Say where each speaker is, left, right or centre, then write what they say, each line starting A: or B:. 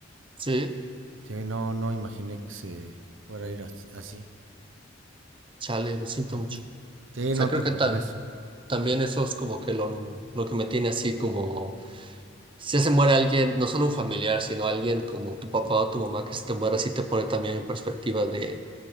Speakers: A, on the right; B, on the right.
A: Sí,
B: Sí, no, no imaginé que se fuera a ir as- así.
A: chale, lo siento
B: Ujú.
A: mucho. O
B: Sí, no
A: sea, creo
B: te preocupes.
A: que ta- también eso es como que lo, lo que me tiene así como... Si se muere alguien, no solo un familiar, sino alguien como tu papá o tu mamá que se te muere, sí te pone también en perspectiva de